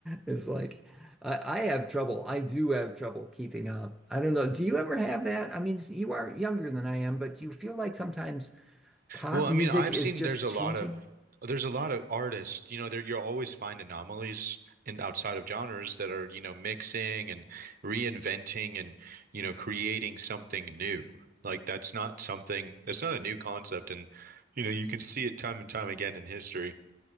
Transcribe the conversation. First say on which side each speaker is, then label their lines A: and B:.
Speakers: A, in the centre; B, on the right.
A: it's like I, I have trouble. I do have trouble keeping up. I don't know. Do you ever have that? I mean, you are younger than I am, but do you feel like sometimes pop
B: Well, I
A: music
B: mean, I've
A: is
B: seen
A: just
B: there's a
A: changing
B: lot of there's a lot of artists, you know, there you'll always find anomalies in outside of genres that are, you know, mixing and reinventing and, you know, creating something new. Like that's not something that's not a new concept and You know, you can see it time and time again in history.